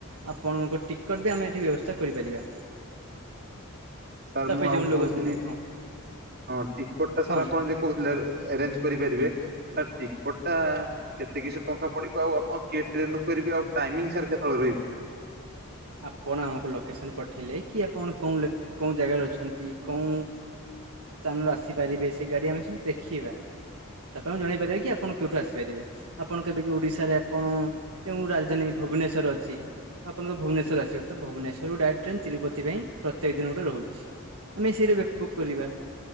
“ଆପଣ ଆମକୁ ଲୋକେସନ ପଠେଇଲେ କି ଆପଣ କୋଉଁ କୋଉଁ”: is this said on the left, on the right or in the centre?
Right